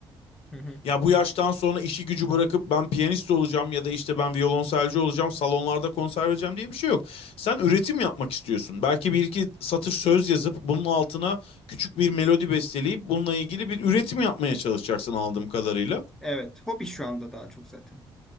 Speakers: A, in the centre; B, on the left.
A: Hı hı.
B: Ya bu yaştan sonra işi gücü bırakıp ben piyanist olacağım ya da işte ben violonselci olacağım, salonlarda konser vereceğim diye bir şey yok. Sen üretim yapmak istiyorsun. Belki bir iki satır söz yazıp bunun altına küçük bir melodi besteleyip bununla ilgili bir üretim yapmaya çalışacaksın anladığım kadarıyla.
A: Evet. Hobi şu anda daha çok zaten.